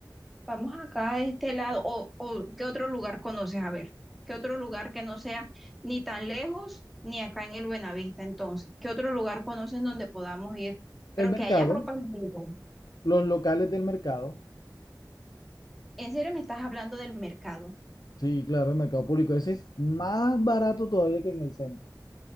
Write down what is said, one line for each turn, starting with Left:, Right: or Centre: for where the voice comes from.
Centre: Vamos acá de este lado, o, o ¿qué otro lugar conoces? A ver, ¿qué otro lugar que no sea ni tan lejos ni acá en el Buenavista entonces? ¿Qué otro lugar conoces donde podamos ir, pero
Left: El mercado,
Centre: que haya ropa linda?
Left: los locales del mercado.
Centre: En serio me estás hablando del mercado,
Left: Sí, claro, el mercado público. Ese es más barato todavía que en el centro.